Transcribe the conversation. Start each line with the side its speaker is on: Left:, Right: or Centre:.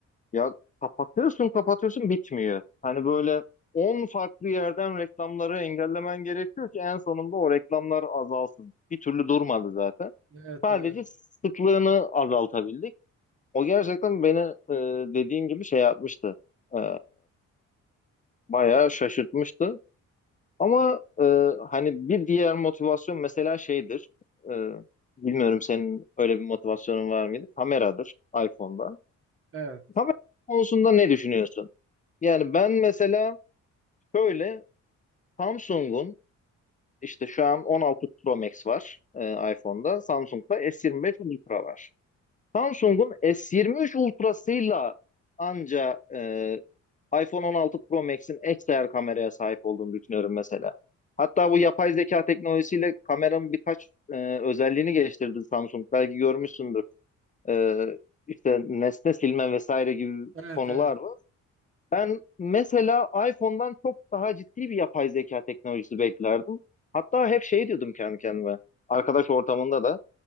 Left: Ya kapatıyorsun kapatıyorsun bitmiyor. Hani böyle 10 farklı yerden reklamları engellemen gerekiyor ki en sonunda o reklamlar azalsın. Bir türlü durmadı zaten.
Right: Evet,
Left: Sadece
Right: evet,
Left: sıklığını azaltabildik. O gerçekten beni e, dediğin gibi şey yapmıştı. E, bayağı şaşırtmıştı. Ama e, hani bir diğer motivasyon mesela şeydir. E, bilmiyorum senin öyle bir motivasyonun var mıydı? Kameradır iPhone'da.
Right: evet,
Left: Kamera konusunda ne düşünüyorsun? Yani ben mesela şöyle Samsung'un işte şu an 16 Pro Max var e, iPhone'da. Samsung'da S25 Ultra var. Samsung'un S23 Ultra'sıyla anca e, iPhone 16 Pro Max'in XR kameraya sahip olduğunu düşünüyorum mesela. Hatta bu yapay zeka teknolojisiyle kameranın birkaç e, özelliğini geliştirdi Samsung. Belki görmüşsündür. E, işte nesne silme vesaire gibi
Right: evet,
Left: konular
Right: evet.
Left: var. Ben mesela iPhone'dan çok daha ciddi bir yapay zeka teknolojisi beklerdim. Hatta hep şey diyordum kendi kendime. Arkadaş ortamında da.